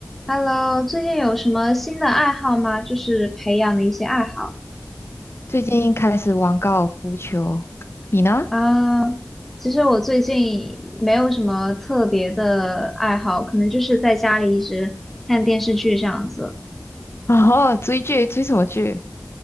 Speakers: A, in the centre; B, on the left.
A: Hello，最近有什么新的爱好吗？就是培养的一些爱好
B: 最近开始玩高尔夫球，你呢？
A: 啊。其实我最近没有什么特别的爱好，可能就是在家里一直看电视剧这样子。
B: <laughs> 哦，追剧，追什么剧？